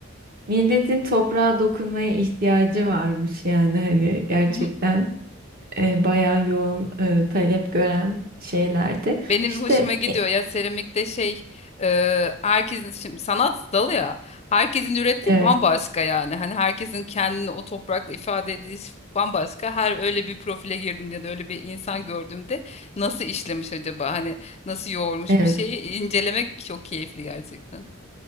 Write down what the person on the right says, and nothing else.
milletin toprağa dokunmaya ihtiyacı varmış yani hani gerçekten
e, bayağı yoğun e, talep gören şeylerdi.
İşte
e,
evet.
evet.